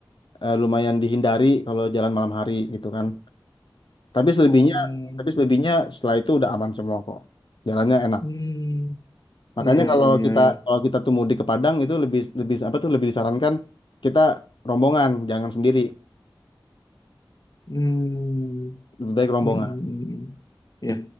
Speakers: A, on the left; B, on the left.
A: eh, lumayan dihindari kalau jalan malam hari gitu kan. Tapi selebihnya
B: Oh, hmm.
A: tapi selebihnya setelah itu udah aman semua kok. Jalannya enak.
B: hmm.
A: Makanya
B: Iya
A: kalau
B: iya iya
A: kita
B: iya.
A: kalau kita tuh mudik ke Padang itu lebih lebih apa tuh lebih disarankan kita rombongan, jangan sendiri.
B: Hmm,
A: Lebih baik rombongan.
B: hmm, hmm, hmm, hmm. Iya.